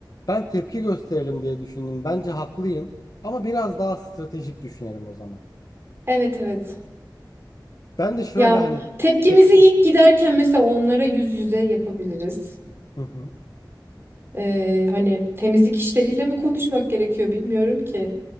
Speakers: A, on the left; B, on the right.
A: ben tepki gösterelim diye düşündüm. Bence haklıyım ama biraz daha stratejik düşünelim o zaman.
B: Evet evet.
A: Ben de şöyle
B: Ya
A: hani
B: tepkimizi
A: tep
B: ilk giderken mesela onlara yüz yüze yapabiliriz.
A: Hı hı.
B: Ee, hani temizlik işleriyle mi konuşmak gerekiyor bilmiyorum ki.